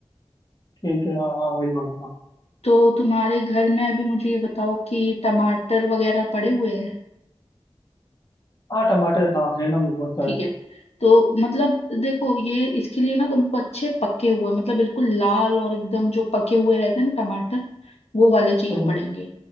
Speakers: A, on the left; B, on the left.
A: ठीक है हाँ हाँ वही वाला हाँ
B: तो तुम्हारे घर में अभी मुझे ये बताओ कि टमाटर वगैरह पड़े हुए हैं
A: हाँ टमाटर हाँ है ना वो बहुत सारे
B: ठीक है तो मतलब देखो ये इसके लिए ना तुमको अच्छे पके हुए मतलब बिल्कुल लाल और एकदम जो पके हुए रहते हैं ना टमाटर वो वाले चाहिए
A: हम्म,
B: पड़ेंगे